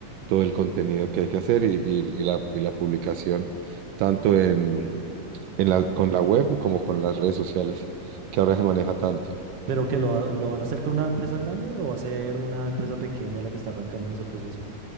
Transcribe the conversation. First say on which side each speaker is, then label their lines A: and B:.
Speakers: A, on the right (about 80°); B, on the right (about 50°).
A: todo el contenido que hay que hacer y, y- y la, y la publicación, tanto en, en la, con la web como con las redes sociales, que ahora se maneja tanto.
B: Pero que lo, lo van a hacer con una empresa grande o va a ser una empresa pequeña la que está arrancando en ese proceso.